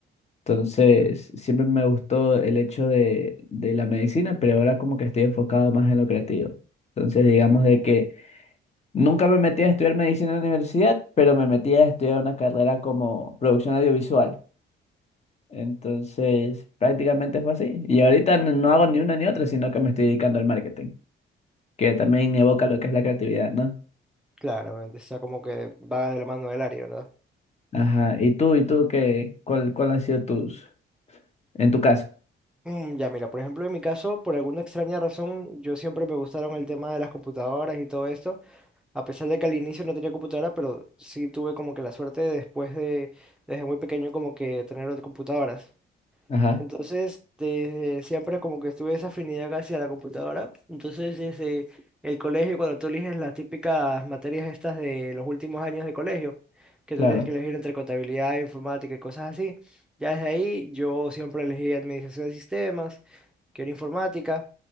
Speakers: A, on the left; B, in the centre.
A: Entonces, siempre me gustó el hecho de, de la medicina, pero ahora como que estoy enfocado más en lo creativo. Entonces, digamos de que nunca me metí a estudiar medicina en la universidad, pero me metí a estudiar una carrera como producción audiovisual. Entonces, prácticamente fue así. Y ahorita n- no hago ni una ni otra, sino que me estoy dedicando al marketing, que también
B: Ujú,
A: evoca lo que es la creatividad, ¿no?
B: Claramente, o sea, como que va de la mano del área, ¿verdad?
A: Ajá. ¿Y tú, y tú qué, cuál, cuál han sido tus, en tu caso?
B: Mm, ya, mira, por ejemplo, en mi caso, por alguna extraña razón, yo siempre me gustaron el tema de las computadoras y todo esto, a pesar de que al inicio no tenía computadora, pero sí tuve como que la suerte de después de, desde muy pequeño, como que tener otras computadoras.
A: Ajá,
B: Entonces, desde siempre como que tuve esa afinidad hacia la computadora. Entonces, desde el colegio, cuando tú eliges las típicas materias estas de los últimos años de colegio, que
A: claro.
B: tú tienes que elegir entre contabilidad, informática y cosas así, ya desde ahí yo siempre elegí administración de sistemas, que era informática,